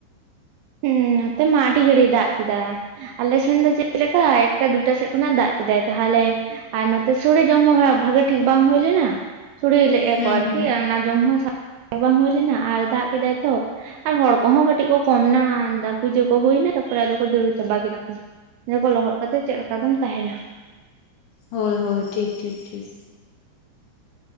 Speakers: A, on the right; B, on the left.
A: ᱦᱮᱸ ᱱᱚᱛᱮ ᱢᱟ ᱟᱹᱰᱤ ᱜᱷᱟᱲᱤᱭ ᱫᱟᱜ ᱠᱮᱫᱟ᱾ ᱟᱞᱮ ᱥᱮᱱ ᱫᱚ ᱪᱮᱫ ᱞᱮᱠᱟ ᱮᱠᱴᱟ ᱫᱩᱴᱟ ᱥᱮᱫ ᱠᱷᱚᱱᱟᱜ ᱫᱟᱜ ᱠᱮᱫᱟᱭ? ᱛᱟᱦᱞᱮ ᱟᱨ ᱱᱚᱛᱮ ᱥᱚᱲᱮ ᱡᱚᱢ ᱦᱚᱸ ᱵᱷᱟᱜᱮ ᱴᱷᱤᱠ ᱵᱟᱝ ᱦᱩᱭ ᱞᱮᱱᱟ᱾ ᱥᱚᱲᱮ ᱞᱮᱜ ᱟ
B: ᱦᱩᱸ
A: ᱠᱚ ᱟᱨᱠᱤ
B: ᱦᱩᱸ
A: ᱚᱱᱟ ᱡᱚᱢ ᱦᱚᱸ ᱥᱟ ᱵᱟᱝ ᱦᱩᱭ ᱞᱮᱱᱟ ᱟᱨ ᱫᱟᱜ ᱠᱮᱫᱟᱭ ᱛᱚ ᱾ ᱟᱨ ᱦᱚᱲ ᱠᱚᱦᱚᱸ ᱠᱟᱹᱴᱤᱡ ᱠᱚ ᱠᱚᱢ ᱱᱟ᱾ ᱯᱩᱡᱟᱹ ᱠᱚ ᱦᱩᱭᱮᱱᱟ ᱛᱟᱯᱚᱨᱮ ᱟᱫᱚ ᱫᱟᱹᱲ ᱪᱟᱵᱟ ᱠᱮᱫᱟ ᱠᱚ ᱾ ᱚᱱᱟ ᱠᱚ ᱞᱚᱦᱚᱫ ᱠᱟᱛᱮᱜ ᱪᱮᱫ ᱞᱮᱠᱟ ᱫᱚᱢ ᱛᱟᱦᱮᱱᱟ᱾
B: ᱦᱳᱭ ᱦᱳᱭ ᱴᱷᱤᱠ ᱴᱷᱤᱠ ᱴᱷᱤᱠ᱾